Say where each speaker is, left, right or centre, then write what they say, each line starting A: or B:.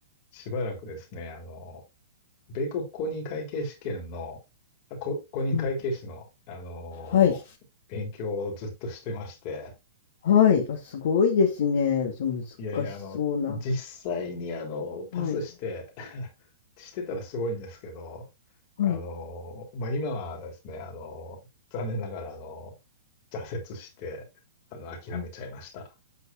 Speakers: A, on the left (about 40°); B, on the left (about 55°).
A: しばらくですね、あの、米国公認会計試験の、あこ公認会計士の、
B: うん、
A: あの、
B: はい、
A: 勉強をずっとしてまして、
B: はい、あ、すごいですね。そう難しそうな。
A: いやいや、あの、実際にあの、パスして
B: はい、
A: <laughs> してたらすごいんですけど、
B: はい、
A: あの、まあ、今はですね、あの、残念ながら、あの、挫折して、あの、諦めちゃいました。
B: あ、